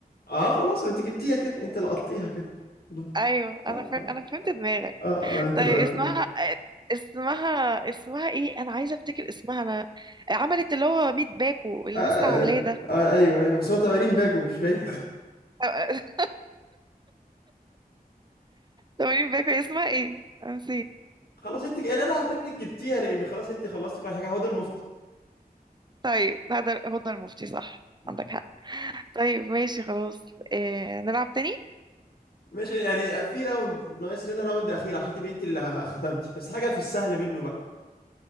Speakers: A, on the left (about 75°); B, on the right (about 30°).
A: اه خلاص ما انت جبتيها كده انت لقطتيها كده خلاص
B: ايوه
A: اه
B: انا ف...
A: اه,
B: انا فهمت دماغك
A: آه آه، انت
B: طيب
A: لقطتيها
B: اسمها اسمها اسمها ايه انا عايزه افتكر اسمها انا عملت اللي هو 100 باكو اللي
A: آه, آه,
B: لسه عاملاه ده
A: آه, ايوه ايوه بس هو 80 باكو مش فيا
B: <laughs> 80 باكو اسمها ايه أنا نسيت
A: <laughs> خلاص انت يعني انا هعتبرك جبتيها لان خلاص انت خلصتي كل حاجه هو ده المفتي
B: طيب هدى هدى المفتي صح
A: مم.
B: عندك حق طيب ماشي خلاص إيه... نلعب تاني
A: ماشي يعني في راوند ناقص لنا راوند اخير عشان تبقي انت اللي ختمتي بس حاجه في السهل منه بقى